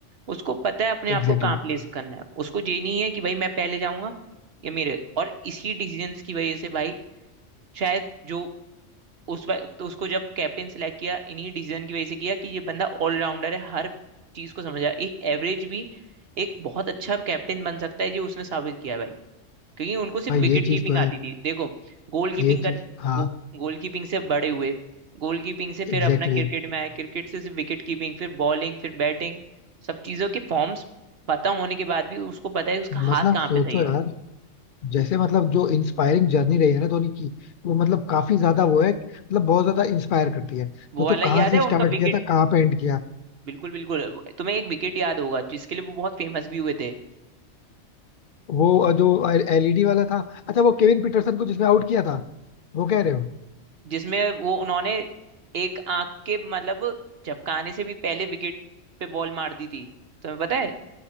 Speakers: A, on the right; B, on the left.
A: उसको पता है अपने आप
B: एग्जैक्टली
A: को कहाँ
B: exactly.
A: प्लेस करना है उसको ये नहीं है कि भाई मैं पहले जाऊंगा या मेरे और इसी डिसीजंस की वजह से भाई शायद जो उस वक्त तो उसको जब कैप्टन सिलेक्ट किया इन्हीं डिसीजन की वजह से किया कि ये बंदा ऑलराउंडर है हर चीज को समझ रहा है एक एवरेज भी एक बहुत अच्छा कैप्टन बन सकता है ये उसने साबित किया भाई क्योंकि उनको सिर्फ
B: भाई ये
A: विकेट
B: चीज
A: कीपिंग
B: तो
A: आती
B: है
A: थी देखो गोल कीपिंग
B: ये
A: कर
B: चीज हाँ
A: गो, गोल कीपिंग से बड़े हुए गोल कीपिंग से
B: Exactly
A: फिर अपना क्रिकेट
B: exactly.
A: में आए क्रिकेट से सिर्फ विकेट कीपिंग फिर बॉलिंग फिर बैटिंग सब चीजों के फॉर्म्स पता होने के बाद भी उसको पता है उसका
B: मतलब
A: हाथ कहाँ
B: सोचो
A: पे सही है
B: यार जैसे मतलब जो इंस्पायरिंग जर्नी रही है ना धोनी की वो मतलब काफी ज्यादा वो है मतलब बहुत ज्यादा इंस्पायर करती है सोचो
A: वो वाला
B: कहाँ
A: याद
B: से
A: है
B: स्टार्ट
A: उनका विकेट
B: किया था कहाँ पे एंड किया
A: बिल्कुल बिल्कुल तुम्हें एक विकेट याद होगा जिसके लिए वो बहुत फेमस भी हुए थे
B: वो अ, जो एलईडी वाला था अच्छा वो केविन पीटरसन को जिसमें आउट किया था वो कह रहे हो
A: जिसमें वो उन्होंने एक आंख के मतलब झपकाने से भी पहले विकेट पे बॉल मार दी थी तुम्हें पता है